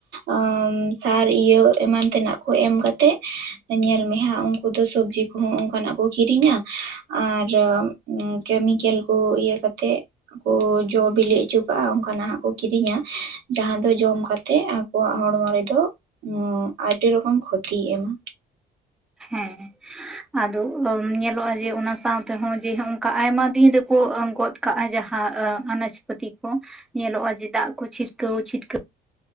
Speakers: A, on the right; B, in the centre.
A: ᱟᱢ ᱥᱟᱨ ᱤᱭᱟᱹ ᱮᱢᱟᱱ ᱛᱮᱱᱟᱜ ᱠᱚ ᱮᱢ ᱠᱟᱛᱮᱜ ᱧᱮᱞ ᱢᱮ ᱦᱟᱸᱜ ᱚᱝ ᱩᱱᱠᱩ ᱫᱚ ᱥᱚᱵᱽᱡᱤ ᱠᱚᱦᱚᱸ ᱚᱱᱠᱟᱱᱟᱜ ᱠᱚ ᱠᱤᱨᱤᱧᱟ᱾ ᱟᱨ ᱠᱮᱢᱤᱠᱮᱞ ᱠᱚ ᱤᱭᱟᱹ ᱠᱟᱛᱮ ᱠᱚ ᱡᱚ ᱵᱤᱞᱤ ᱦᱚᱪᱚ ᱠᱟᱜᱼᱟ ᱚᱱᱠᱟᱱᱟᱜ ᱦᱟᱸᱜ ᱠᱚ ᱠᱤᱨᱤᱧᱟ ᱡᱟᱦᱟᱸ ᱫᱚ ᱡᱚᱢ ᱠᱟᱛᱮᱜ ᱟᱵ ᱠᱚᱣᱟᱜ ᱦᱚᱲᱢᱚ ᱨᱮᱫᱚ ᱟᱹᱰᱤ ᱨᱚᱠᱚᱢ ᱠᱷᱚᱛᱤᱭ ᱮᱢᱟ᱾
B: ᱦᱮᱸ ᱦᱮᱸ ᱟᱫᱚ ᱧᱮᱞᱚᱜᱼᱟ ᱡᱮ ᱚᱱᱟ ᱥᱟᱶ ᱛᱮᱦᱚᱸ ᱡᱮ ᱚᱝᱠᱟ ᱟᱭᱢᱟ ᱫᱤᱱ ᱨᱮᱠᱚ ᱜᱚᱫ ᱠᱟᱜᱼᱟ ᱡᱟᱦᱟᱸ ᱟᱱᱟᱡ ᱯᱟᱹᱛᱤ ᱠᱚ ᱧᱮᱞᱚᱜᱼᱟ ᱡᱮ ᱫᱟᱜ ᱠᱚ ᱪᱷᱤᱴᱠᱟᱹᱣ ᱪᱷᱤᱴᱠᱟᱹᱣ